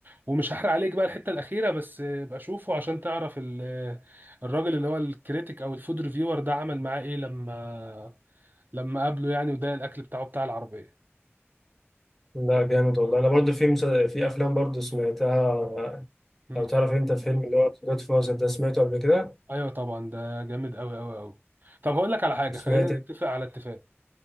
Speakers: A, on the right; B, in the centre.
A: ومش هحرق عليك بقى الحته الاخيره بس آه، بقى شوفه عشان تعرف ال- آه، الراجل اللي هو الكريتيك او الفود ريفيور ده عمل معاه ايه لما لما قابله يعني وده الاكل بتاعه بتاع العربيه
B: لا جامد والله انا برضو في مس... في افلام برضو سمعتها
A: مم.
B: لو تعرف انت فيلم اللي هو جود فازر ده سمعته قبل كده
A: ايوه طبعا ده جامد قوي قوي قوي طب هقول لك على حاجه
B: وسمعت
A: خلينا نتفق على اتفاق